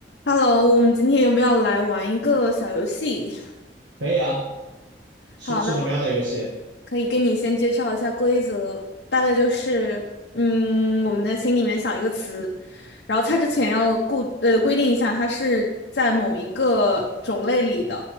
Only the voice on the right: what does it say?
可以啊，是是什么样的游戏